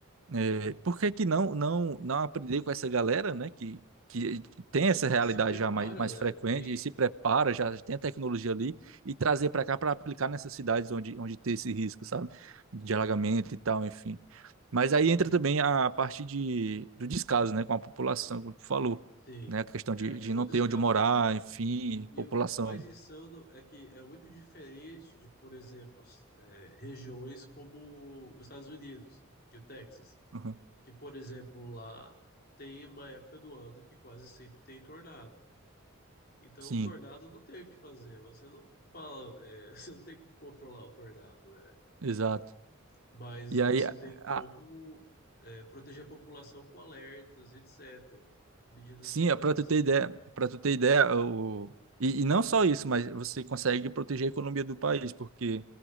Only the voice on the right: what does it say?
É, por que que não, não, não aprender com essa galera, né, que, que tem essa realidade
já mais, mais
frequente
e se prepara, já tem a tecnologia ali, e trazer para cá para aplicar nessas cidades onde, onde tem esse risco, sabe, de alagamento e tal, enfim. Mas aí entra também a parte de, do descaso, né, com a população, como tu falou,
né, a questão
de,
de não
ter
onde morar, enfim,
população.
Uhum.
Sim,
exato.
E
aí, a-
Sim,
é para tu ter ideia, para tu ter ideia, o... e, e não só isso, mas você consegue proteger a economia do país, porque